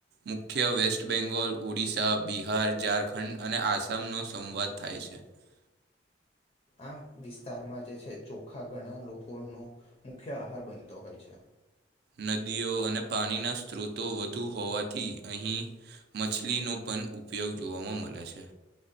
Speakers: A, on the right; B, on the left.
A: મુખ્ય વેસ્ટ બેંગોલ ઓડિશા બિહાર ઝારખંડ અને આસામનો સંવાદ થાય છે. છે.
B: આ વિસ્તારમાં જે છે ચોખા ઘણા લોકોનોો મુખ્ય આહાર બનતો હોય છે,
A: નદીઓ અને પાણીના સ્ત્રોતો વધુ હોવાથી અહીં મછલીનો પ ઉપયોગ જોવા મળે છે